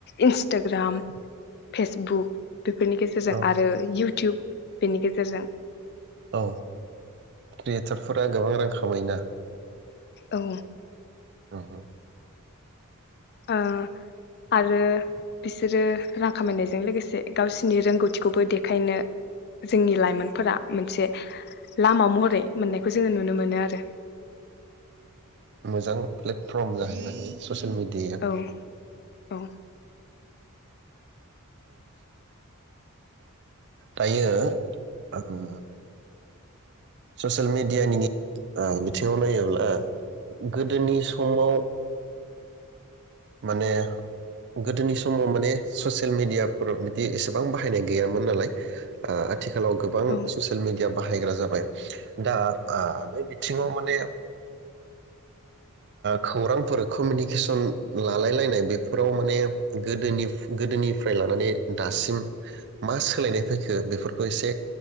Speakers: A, on the left; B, on the right.
A: इनस्टग्राम फेसबुक बेफोरनि गेजेरजों
B: औ
A: आरो इउ इउटुब बेनि गेजेरजों
B: औ क्रियेटरफोरा गोबां रां खामायोना?
A: औ।
B: अउ अउ।
A: ओ आरो। बिसोरो रां खामायनायजों लोगोसे गावसिनि रोंगौथिखौबो देखायनो जोंनि लाइमोनफोरा मोनसे लामा महरै मोननायखौ जोङो नुनो मोनो आरो।
B: मोजां प्लेटफर्म जाहैबाय। ससिल मिडिया
A: औ औ
B: दायो ओ ससियेल मिडियानि ओ बिथिङाव नायोब्ला गोदोनि समाव माने गोदोनि समाव माने ससियेल मिडियाफोराव बिदि एसेबां बाहायनाय गैयामोन नालाय। आथिखालाव गोबां
A: औ
B: ससियेल मिडिया बाहायग्रा जाबाय दा बे बिथिङाव माने खौरांफोर कमिउनिकेसन लालायलायनाय बेफोराव माने गोदोनि गोदोनिफ्राय लानानै दासिम मा सोलायनाय फैखो बेफोरखौ एसे